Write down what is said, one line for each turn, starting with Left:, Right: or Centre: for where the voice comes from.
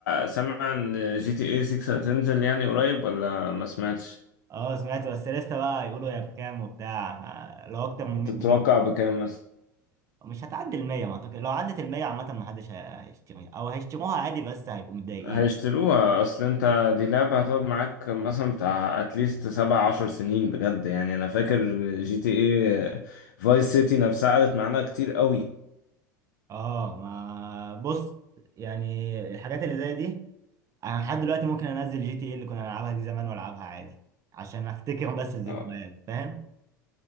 Left: سامع إن جي تي اي 6 هتنزل يعني قريب ولا ما سمعتش؟
Right: <laughs> اه سمعت بس لسه بقى يقولوا هي بكام وبتاع آه، لو اكتر من 100
Left: تتوقع
Right: دولار
Left: بكام مثلا؟
Right: مش هتعدي المية ما أعتقد لو عدت المية عامة ما حدش هي- هيشتريها أو هيشتروها عادي بس هيبقوا متضايقين
Left: هيشتروها أصل أنت دي لعبة هتقعد معاك مثلا بتاع أتليست سبع عشر سنين بجد يعني أنا فاكر جي تي اي فايس سيتي نفسها قعدت معانا كتير قوي
Right: اه ما بص يعني الحاجات اللي زي دي أنا لحد دلوقتي ممكن أنزل جي تي إيه اللي كنا نلعبها دي زمان وألعبها عادي عشان أفتكر <laughs> بس الذكريات
Left: اه
Right: فاهم